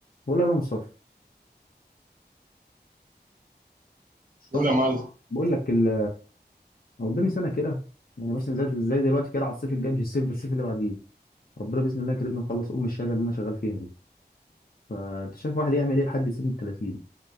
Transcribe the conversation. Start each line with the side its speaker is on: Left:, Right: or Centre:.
Left: بقول لك يا مصطفى مصطفى
Right: قول يا معلم
Left: بقول لك ال أنا قدامي سنه كده يعني مثلا زي زي دلوقتي كده على الصيف الجاي مش الصيف ده الصيف اللي بعديه ربنا باذن الله يكرمني ونخلص ام الشهاده اللي انا شغال فيها دي فانت شايف واحد يعمل ايه لحد سن ال 30